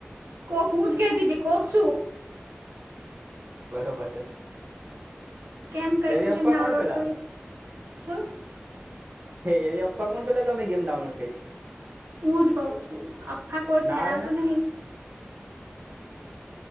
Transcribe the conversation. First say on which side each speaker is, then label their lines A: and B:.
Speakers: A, on the right (about 75°); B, on the right (about 45°).
A: કોક હું જ કેદીથી કોક શું.
B: બરોબર છે.
A: કેમ કઈ
B: એવી
A: ખુશીમાં
B: અફવા
A: ડાઉનલોડ
B: કોણ ફેલાવે
A: કરી શું.
B: હે એવી અફવા કોણ પેલા કે અમે ગેમ ડાઉનલોડ કરી
A: હું જ કઉ છું અફાવા કોઈ
B: ના
A: ફેલાવતું
B: રે ના
A: નહી.